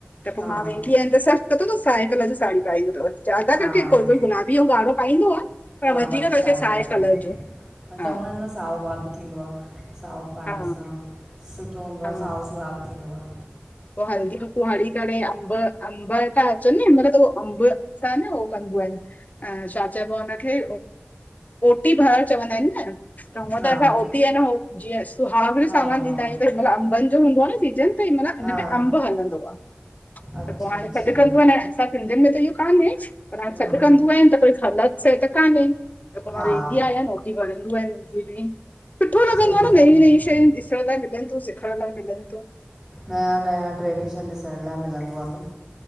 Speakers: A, on the left; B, on the right.
A: पो
B: हा
A: मां
B: हा
A: वेंदी आयां त सब पतो तव साए कलर ज़ी साड़ी पाए इंदी तव ज्यादा
B: हा
A: करके कोई
B: हा
A: कोई गुलाबी गुलाबी औ ॻाढ़ो पाईंदो आ पर
B: हा
A: वधीक
B: बाक़ी
A: करके
B: साई
A: साए
B: हलंदा
A: कलर
B: तव।
A: जो हा
B: चवंदा आहिनि न साओ भाॻु थींदो आ, साओ पाइण
A: हा
B: सां, सुठो हूंदो
A: हा
B: आ साओ सुहाग थींदो आ।
A: पो हल्दी कुंकु हणी करे अंब अंब ता अचनि न हिनमहिल त अमब सां न हो कंदीयूं आहिनि अं छा चइबो हुन खे ओटी भरण चवंदा आहिनि न त
B: न
A: हूअं त असां ओटी ह न हो जीअं सुहागन जो
B: हा
A: सामान
B: हा हा
A: ॾींदा आहियूं त हिनमहल अंबनि जो हूंदो न सीजन त हुनमें
B: हा
A: अंब हलंदो आ।
B: अच्छा
A: त पो हाणे
B: अच्छा
A: सॾु कंदोयूं आहिन असां सिंधियुनि में त इहो कान्हे पर हाणे
B: हा
A: सॾ कंदीयूं आहिन त कोई गलत छह त कान्हे। त पो
B: हा
A: मां वेंदी आहियांन ओटी भरंदीयूं आहिन मुंहिंजी बि सुठो लॻंदो
B: सही
A: आ न
B: ॻाल्हि
A: नयूं
B: आहे
A: नयूं शयूं ॾिसण लाइ मिलनि थियूं सिखण लाइ मिलनि तूं।
B: नयां नयां ट्रैडिशन ॾिसण लाइ मिलंदो आ न।